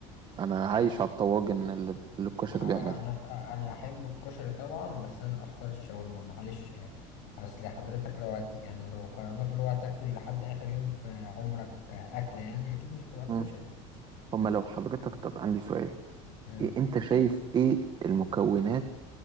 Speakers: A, on the right (about 30°); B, on the left (about 65°).
A: أنا عايش على الطواجن اللي اللي الكشري
B: انا
A: بيعملها
B: انا احب الكشري طبعا بس انا اختار الشاورما معلش يعني اصل حضرتك لو هت يعني لو خيرناك اللي هو هتاكل لحد اخر يوم في عمرك اكله يعني اكيد مش هتبقى الكشري
A: مم. هما لو حضرتك طب عندي سؤال
B: امم
A: إيه انت شايف ايه المكونات